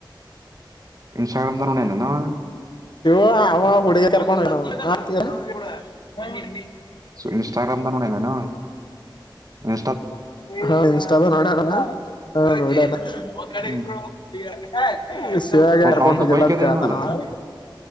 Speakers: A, on the right; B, on the left.
A: ಇನ್ಸ್ಟಾಗ್ರಾಮದಾಗ್ ನೋಡ್ಯನ ಎನ್ ಅಂವ.
B: ಇವು ಅಂವ ಹುಡುಗಿ ಕರ್ಕೊಂಡ ಹೋಗ್ಯಾನ್ ಅಂವ <unintelligible>
A: ಇನ್ಸ್ಟಾಗ್ರಾಮದಾಗ ನೋಡ್ಯನ್ ಎನ್ ಅಂವ ಇನ್
B: ಹಾ ಇನ್ಸ್ಟದಾಗ್ ನೋಡ್ಯಾಣ ಹ ನೋಡ್ಯನ ಒಕಾಡಿಕ್
A: ಹ್ಮ್
B: ಬ್ರೋ ಹುಡಗ್ಯಾರ್ ಹ್ ಶಿವ್ಯಾಗ ಯಾಕ್ ಕರ್ಕೊಂಡ್
A: ಅವಂದು
B: ಹೋಗಿಲ್ಲ
A: ಬೈಕ್
B: ಅಂತ
A: ಅದೇನಲ್ಲ
B: ಕೇಳ್ತಾನ ಅಂವ.